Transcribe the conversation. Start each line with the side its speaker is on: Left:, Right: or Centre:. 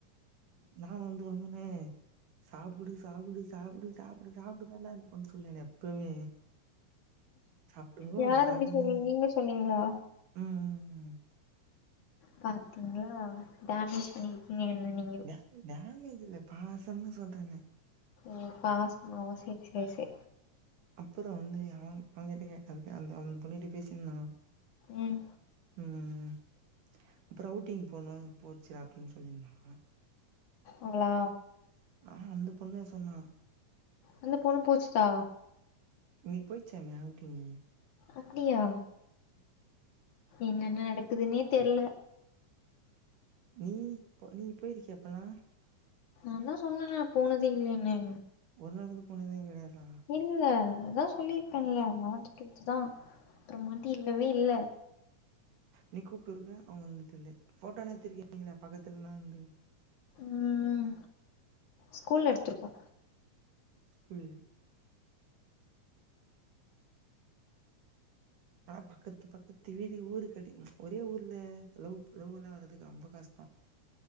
Right: நா வந்து <unintelligible> சாப்புடு சாப்புடு சாப்புடு சாப்டு சாப்டுனுதான்டா அந்த பொண்ணு சொல்லூனு எப்பவுமே சாப்டுங்கோ,
Left: யார்
Right: சாப்டுங்கன்னு.
Left: அப்டி சொன்னீங் நீங்க சொன்னீங்ளா
Right: ம், ம், ம்.
Left: பாத்துங்ளா டேமேஜ் பண்ணி நீ என்ன நீ
Right: டேமி டேமேஜில்ல பாசமா சொல்றனே
Left: ஓ பாசமாவா செரி சேர் சே
Right: அப்புறோ வந்து அவங் அவங்கிட்ட கேக்காதிங்க அந்த அதுக்கு அந் பொண்ணுகிட்ட பேசின்ருந்தானா
Left: உம்
Right: ம் அப்பறோ அவுட்டிங் போனோ போச்சிரா அப்டின் சொல்லினிருந்தா
Left: அவளா
Right: ஆ அந்த பொண்ணே சொன்னா
Left: அந்த பொண்ணு போச்சுதா
Right: இன்னைக்கு பொயிர்ச்சாமே அவுட்டிங்கி
Left: அப்டியா என்னெ நடக்குதுன்னே தெரில
Right: நீ இப்பொ நீ போயிருக்கியா இப்பல்லா
Left: நாந்தா சொன்ன நா போனதே இல்லேனு
Right: ஒரு நாள் கூட போனதே கெடையாதா
Left: இல்ல அதா சொல்லிருக்கென்ல்ல <unintelligible> தா அப்றோமாட்டி இல்லவே இல்ல
Right: நீ கூப்ட்டு இருக்க அவங்க வந்தது இல்ல ஃபோட்டோனாத்திருக்கீங்ளா பக்கத்துல்னா வந்து
Left: ம் ஸ்கூல்ல எடுத்திருக்கோ
Right: குள் ஆனா பக்கத்து பக்கத்து வீடு ஊரு கடி ஒரே ஊர்ல லவ் லவ் எல்லா வர்றதுக்கு ரொம்ப கஷ்டோ